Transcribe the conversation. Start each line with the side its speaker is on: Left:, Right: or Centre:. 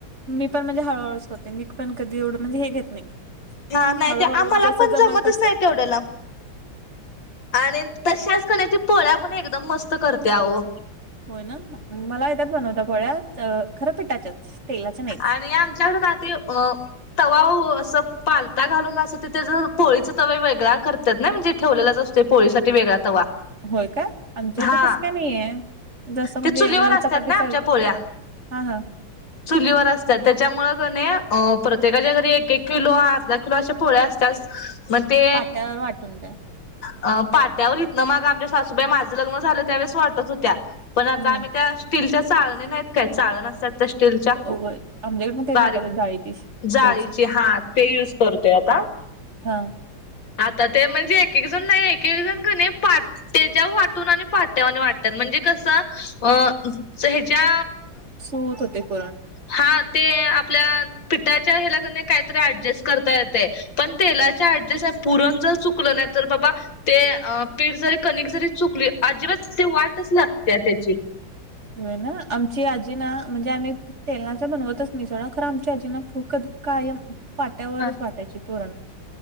Right: मी पण म्हणजे हळूहळूच करते मी पण कधी एवढं म्हणजे हे घेत नाही
Left: हा नाही
Right: हळूहळू
Left: ते आम्हाला
Right: जसं
Left: पण
Right: जमल
Left: जमतच
Right: तसं
Left: नाही तेवढ्याला आणि तशाच कणी ती पोळ्या पण एकदम मस्त करते आओ
Right: होय ना मला येतात बनवता पोळ्या खरं पिठाच्या तेलाच्या नाही
Left: आणि आमच्यातून आधी अ तवा ओ असं पालता घालून असं ते त्याज पोळीच तवे वेगळा करत्यात ना म्हणजे ठेवलेलाच असतोय पोळीसाठी वेगळा तवा
Right: होय काय आमच्या
Left: हा
Right: इथ तसं काय नाही आहे जसं म्हणजे
Left: ते चुलीवर असतात
Right: चपातीचा
Left: ना आमच्या पोळ्या
Right: हा हा
Left: चुलीवर असत्यात त्याच्यामुळ कणी प्रत्येकाच्या घरी एक एक किलो अर्धा किलो अशा पोळ्या असत्याच म ते
Right: पाट्यावर वाटून काय
Left: अं पाट्यावर हितंन माग आमच्या सासूबाई माझं लग्न झालं त्यावेेळेस वाटत होत्या, पण आता
Right: हम्म
Left: आम्ही त्या स्टीलच्या चाळणी नाहीत काय चाळण असतीया तशी? स्टीलचा
Right: होय आमच्याकडे पण तेच
Left: बारीक
Right: वापरतात जाळी ती स्टीलची
Left: जाळीची हा. ते यूज करतोय आता.
Right: हां
Left: आता ते म्हणजे एक एक जण नाही एक जण कणी पाट त्याच्या वर वाटून आणि पाट्यावर आणि वाटत्यात म्हणजे कसं अ सो ह्याच्या
Right: हूत होतंय पुरण.
Left: हा ते आपल्या पिठाच्या ह्याला कनी काहीतरी ऍडजस्ट करता येतंय. पण तेलाच्या ऍडजेस्ट पुरण जर चुकलं नाही तर बाबा ते पीठ जरी कणिक जरी चुकली अजिबात ते वाटच लागतीया त्याची
Right: होय ना आमची आजी ना म्हणजे आम्ही तेलाच्या बनवतचं नाही सोडा खरं आमच्या आजीनां फुक कायम पाट्यावरचं
Left: हा
Right: वाटायची पुरण.